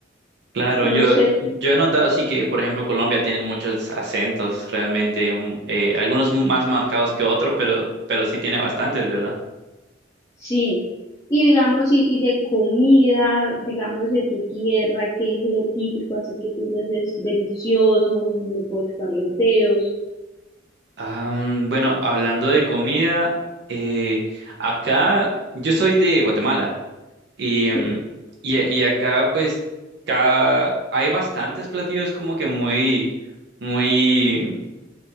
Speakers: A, on the right; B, on the left.
A: Claro, yo,
B: No sé
A: yo he notado sí que, por ejemplo, Colombia tiene muchos acentos realmente, mm, eh, algunos más marcados que otros, pero, pero sí tiene bastantes, ¿verdad?
B: Sí, y digamos, y, y de comida, digamos, de tu tierra, qué es lo típico, así que tú digas es delicioso, me puedo chupar los dedos.
A: Am, bueno, hablando de comida, eh, acá yo soy de Guatemala y, mm,
B: Sí.
A: y, y acá pues ca- hay bastantes platillos como que muy, muy